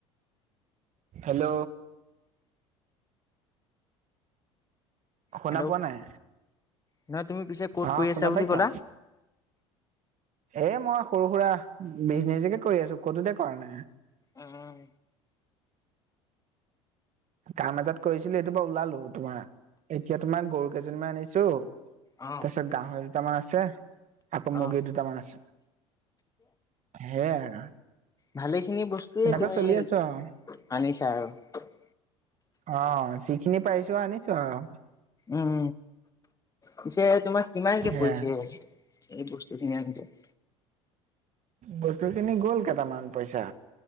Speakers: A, on the right (about 50°); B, on the left (about 20°).
A: হেল্ল'? শুনা
B: হেল্ল'
A: পোৱা নাই?
B: নহয় তুমি পিছে ক'ত
A: অ'
B: কৰি আছা
A: শুনা
B: বুলি
A: পাইছা?
B: ক'লা
A: এ মই সৰু সুৰা বিজনেছকে কৰি আছো, ক'তোতে কৰা নাই।
B: উম।
A: কাম এটাত কৰিছিলো এইটো বাৰু ওলালো তোমাৰ, এতিয়া তোমাৰ গৰু কেইজনমান আনিছো
B: অ
A: তাৰপিছত গাহৰি দুটামান আছে আকৌ মুৰ্গীৰ
B: অ
A: দুটামান আছে। সেয়াই আৰু।
B: ভালে খিনি বস্তুৱয়ে
A: তেনেকৈ
B: তুমি
A: চলি আছো আৰু
B: আনিছা আৰু।
A: অ' যিখিনি পাৰিছো আনিছো আৰু।
B: উম, পিছে তোমাক কিমানকে
A: সেয়াই
B: পৰিছে এই বস্তুখিনি আনোতে?
A: বস্তুখিনি গ'ল কেইটামান পইচা